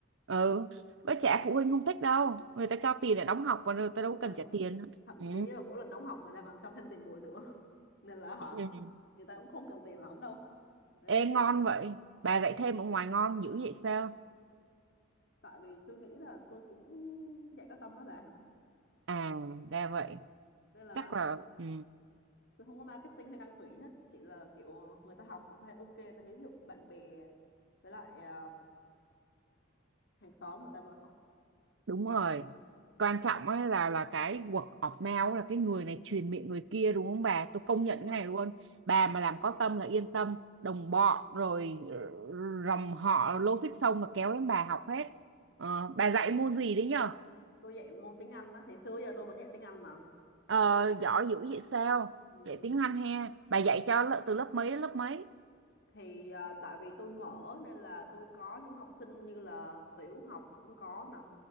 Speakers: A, on the right (about 65°); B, on the left (about 60°).
A: ừ với trả phụ huynh không thích đâu người ta cho tiền để đóng học và người ta
B: đúng
A: đâu
B: rồi
A: cần trả tiền nữa
B: thậm
A: ừ.
B: chí là mỗi lần đóng học người ta còn cho thêm tiền bồi dưỡng <laughs> nên là hả
A: Ừ.
B: người ta cũng không cần tiền lắm đâu nên
A: ê
B: là chỉ
A: ngon
B: cần
A: vậy bà dạy thêm ở ngoài ngon dữ vậy sao
B: tại vì tôi nghĩ là tôi cũng dạy có tâm đó bà
A: à ra vậy
B: nên là
A: chắc là ừ.
B: tôi không có marketing hay đăng tuyển hết chỉ là kiểu người ta học người ta thấy ok người ta giới thiệu bạn bè với lại à, hàng xóm người ta vào học
A: đúng rồi quan trọng ấy là là cái word of mouth là cái người này truyền miệng người kia đúng không bà tôi công nhận
B: đúng rồi
A: cái này luôn bà mà làm có tâm là yên tâm đồng bọn rồi ờ, dòng họ logic xong là kéo đến bà học hết Ờ, bà dạy môn gì đấy nhờ
B: tôi dạy môn tiếng Anh đó thì xưa giờ tôi vẫn dạy tiếng Anh mà
A: ờ, giỏi dữ vậy sao
B: ừ.
A: dạy tiếng Anh ha bà dạy cho lợ- từ lớp mấy đến lớp mấy
B: thì à, tại vì tôi mở nên là tôi có những học sinh như là tiểu học cũng có nè.